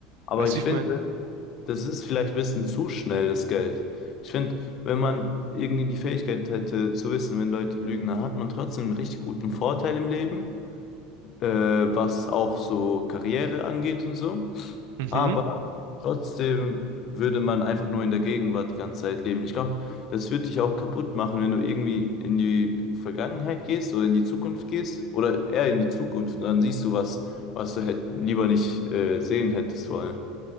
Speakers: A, on the left (about 45°); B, on the right (about 80°).
A: Aber
B: Weißt
A: ich
B: du, wie ich
A: finde,
B: meine?
A: das ist vielleicht ein bisschen zu schnelles Geld. Ich finde, wenn man irgendwie die Fähigkeit hätte zu wissen, wenn Leute lügen, dann hat man trotzdem einen richtig guten Vorteil im Leben, äh, was auch so Karriere angeht und so.
B: Mhm.
A: Aber trotzdem würde man einfach nur in der Gegenwart die ganze Zeit leben. Ich glaube, das würde dich auch kaputt machen, wenn du irgendwie in die Vergangenheit gehst oder in die Zukunft gehst oder eher in die Zukunft und dann siehst du was, was du hätt, lieber nicht äh, sehen hättest wollen.